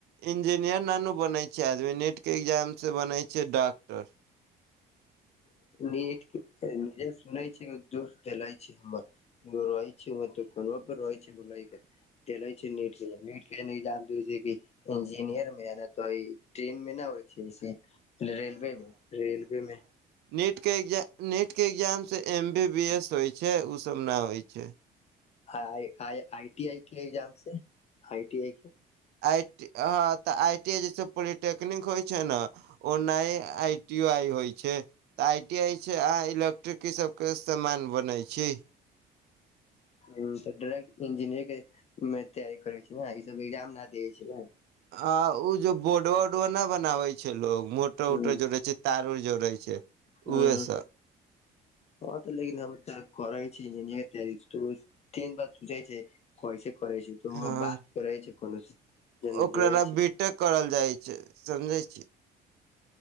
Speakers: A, on the right (about 75°); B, on the left (about 40°).
A: इंजीनियर नानू बनै छै आदमी नेट के एग्जाम से बनै छै डॉक्टर
B: नीट जे सुनै छै दुष देलइ छै हमर ओ रहइ छै ओ तऽ कोन बर रहै छै <unintelligible> तेलै छै नीट के मीट के जै <unintelligible> इंजीनियर मे आ न तो इ ट्रेन मे न हो से रेलवे मे रेलवे मे
A: नीटके एग्जाम नीटके एग्जामसे एम बी बी एस होइ छै ओ सब ना होइ छै
B: आ आइ आइटी के इक्जाम से आइटी आइ के
A: आइ ह तऽ आई टी जैसे पोलिटेक्निक होइ छै न ओनाहि आइ टी आइ होइ छै तऽ आई टी आइ छै अहाँ इलेक्ट्रिक ई सबके सामान बनै छी
B: हूं तऽ डाइरेक्ट इंजीनियरंग के मे तैयारी करै छै उहे ई सब एग्जाम न दै छै उहे
A: आ ओ जे बोर्ड उडवा न बनाबे छै लोग मो टो
B: हूं
A: उटो जोड़ै छै तार उड़ जोड़ै छै
B: हूं
A: उहे सब
B: हँ तऽ लेकिन हमर तऽ करइ छी इन्जिनियरिंग के तैयारी तीन बार सूझै छै कैसे करै छै तऽ
A: हँ
B: बात करै छै कोनो से जन
A: ओकरा
B: दियै
A: ला
B: छै
A: बीटेक करल जाइ छै समझै छी